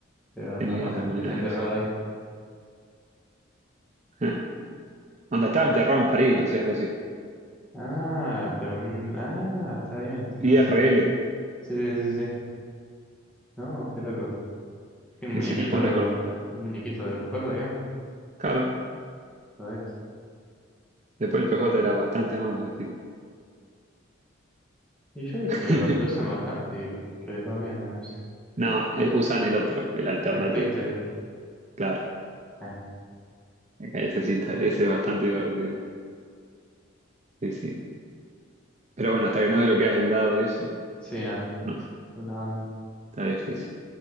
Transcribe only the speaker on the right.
Tiene vidas de monedas.
y eso.
Eh, Onda estaba enterrado en París, no sé, algo así.
IRL,
dice en el juego no hay coordenadas.
Claro,
después el PJ era bastante malo, así.
<laughs>
No, eh, usan el otro, el alternativo.
Claro,
ese sí está, ese es bastante divertido. Sí, sí. Pero bueno, hasta que no desbloqueas el dado y eso,
no,
está difícil.